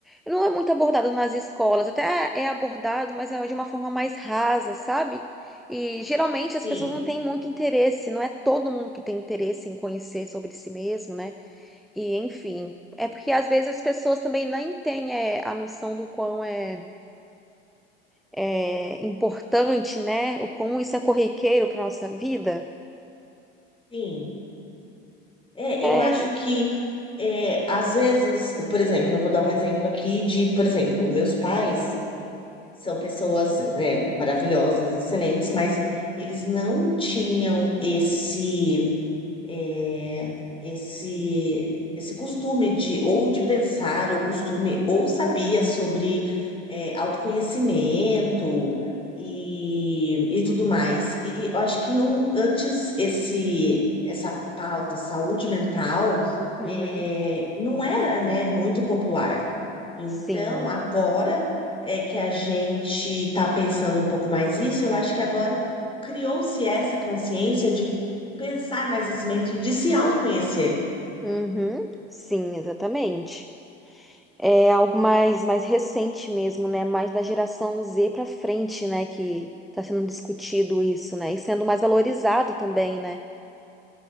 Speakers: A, in the centre; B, on the left.
A: não é muito abordado nas escolas, até é abordado, mas é de uma forma mais rasa, sabe? E geralmente
B: Sim,
A: as pessoas não têm muito interesse, não é todo mundo que tem interesse em conhecer sobre si mesmo, né? E enfim, é porque às vezes as pessoas também nem têm é, a noção do quão é, é importante, né? O quão isso é corriqueiro para nossa vida.
B: sim. É,
A: É.
B: eu acho que é, às vezes, por exemplo, eu vou dar um exemplo aqui de, por exemplo, meus pais são pessoas, né, maravilhosas, excelentes, mas eles não tinham esse. é, esse esse costume de ou de pensar ou costume ou sabia sobre é, autoconhecimento e, e tudo mais. E eu acho que não antes esse essa pauta saúde mental
A: Uhum.
B: é, não era né, muito popular. Então,
A: Sim.
B: agora é que a gente está pensando um pouco mais isso, eu acho que agora criou-se essa consciência de pensar mais nesse momento e de se autoconhecer.
A: Uhum. Sim, exatamente. É algo mais, mais recente mesmo, né? Mais da geração Z para frente, né? Que está sendo discutido isso, né? E sendo mais valorizado também, né?